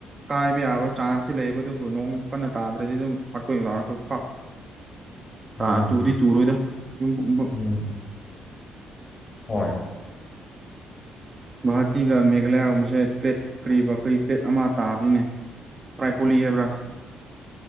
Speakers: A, on the right (about 30°); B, on the left (about 30°).
A: ꯀꯥꯏꯕ ꯌꯥꯕ ꯆꯥꯟꯁꯇꯤ ꯂꯩꯌꯦꯕ ꯑꯗꯨꯕꯨ ꯅꯣꯡ ꯀꯟꯅ ꯇꯥꯗ꯭ꯔꯗꯤ ꯗꯨꯝ ꯈꯥꯔ ꯀꯨꯏꯅ ꯂꯥꯛꯑꯁꯨ ꯄꯥꯛ
B: ꯎꯝ
A: ꯑꯥꯥ ꯇꯨꯗꯤ ꯇꯔꯣꯏꯗ ꯌꯨꯝꯒꯨꯝꯕ
B: ꯎꯝ ꯍꯣꯏ
A: ꯚꯥꯔꯇꯤꯒ ꯃꯦꯘꯥꯂꯌꯥꯔꯣꯝꯁꯦ ꯄ꯭ꯂꯦꯠ ꯀꯔꯤꯕ ꯀꯔꯤ ꯄ꯭ꯂꯦꯠ ꯑꯃ ꯇꯥꯕꯅꯤꯅꯦ ꯄ꯭ꯔꯥꯏ ꯄꯨꯜꯂꯤ ꯍꯥꯏꯕ꯭ꯔ